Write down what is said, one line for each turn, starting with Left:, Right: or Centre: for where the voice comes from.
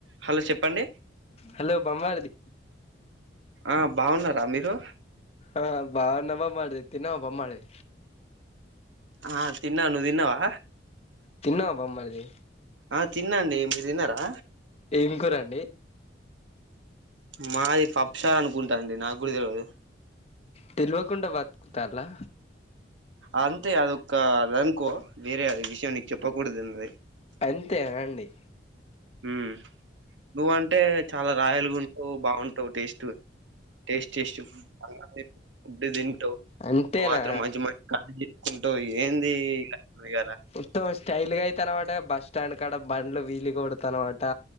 Right: Hello చెప్పండి
Left: hello బామ్మర్ది
Right: ఆ బావున్నారా మీరు
Left: ఆ బావున్నా బామ్మర్ది తిన్నావా బామర్ది
Right: ఆ తిన్నా నువ్ తిన్నావా
Left: తిన్నావా బామ్మరిది
Right: ఆ తిన్నండి మీ తిన్నరా
Left: ఏం కూరండి
Right: మాది పప్పు షార్ అనుకుంటా అండి నాకు కూడా తెలవదు
Left: తెలవకుండా బతుకుతాల్లా
Right: అంతే అదొక్క అదనుకో వేరే అది విషయం నీకు చెప్పకూడదు అందే
Left: అంతేనా అండి
Right: ఊ నువ్వంటే చాలా రాయల్ గుంటావ్ బావుంటావు టేస్ట్ టేస్ట్ టేస్ట్ <inaudible> ఫుడ్దు తింటవ్
Left: అంతేనా
Right: నువ్ మాత్రం మంచి మంచి <inaudible> కుంటవ్ ఏంది ఇయాల
Left: మొత్తం స్టైల్ గా అయితానావట బస్ స్టాండ్ కాడ బండ్లు వీల్లు కొడతానావట